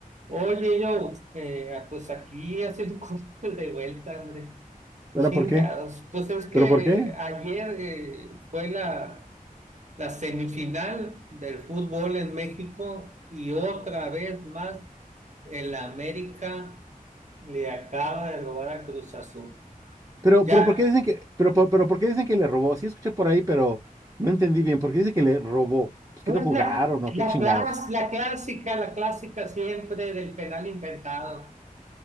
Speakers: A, on the right; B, on the right.
A: Oye, yo, eh, ah, pues aquí haciendo <laughs> cosas de vuelta, hombre.
B: ¿Ahora
A: Chingados.
B: por qué?
A: Pues es que
B: ¿Pero por qué?
A: ayer eh, fue la, la semifinal del fútbol en México y otra vez más el América le acaba de robar a Cruz Azul.
B: Pero,
A: Ya,
B: pero ¿por qué dicen que, pero, por- pero, ¿por qué dicen que le robó? Sí escuché por ahí, pero no entendí bien. ¿Por qué dice que le robó? Pues
A: pues
B: que no jugaron
A: la,
B: o
A: la,
B: qué chingados.
A: clas- la clásica, la clásica siempre del penal inventado.